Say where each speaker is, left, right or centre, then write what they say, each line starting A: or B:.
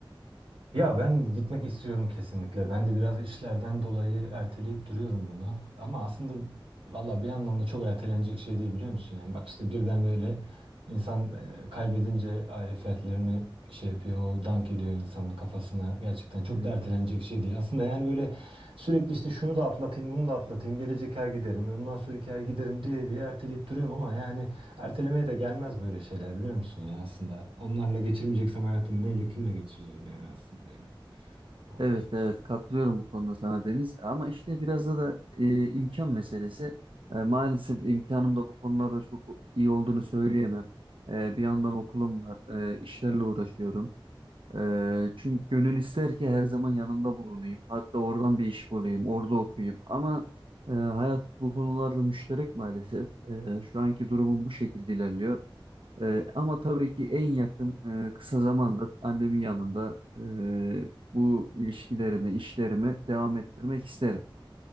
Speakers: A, on the right; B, on the right.
A: Ya ben gitmek istiyorum kesinlikle. Ben de biraz işlerden dolayı erteleyip duruyorum bunu. Ama aslında valla bir yandan da çok ertelenecek şey değil biliyor musun? Yani bak işte birden böyle insan e, kaybedince aile fertlerini şey yapıyor, o dank ediyor insanın kafasına. Gerçekten çok
B: Evet.
A: da ertelenecek şey değil. Aslında yani böyle sürekli işte şunu da atlatayım, bunu da atlatayım, gelecek ay giderim, ondan sonra sonraki ay giderim diye diye erteleyip duruyorum ama yani Ertelemeye de gelmez böyle şeyler biliyor musun ya aslında. Onlarla geçirmeyeceksem hayatımı neyle kimle geçireceğim yani aslında ya. Allah.
B: Evet evet katılıyorum bu konuda sana Deniz ama işte biraz da da e, imkan meselesi. E, maalesef imkanım da bu konularda çok iyi olduğunu söyleyemem. E, bir yandan okulum var, e, işlerle uğraşıyorum. Ee, çünkü gönül ister ki her zaman yanında bulunayım. Hatta oradan bir iş bulayım, orada okuyayım. Ama e, hayat bu konularda müşterek maalesef. Ee, şu anki durumum bu şekilde ilerliyor. Ee, ama tabii ki en yakın e, kısa zamanda annemin yanında e, bu ilişkilerimi, işlerimi devam ettirmek isterim.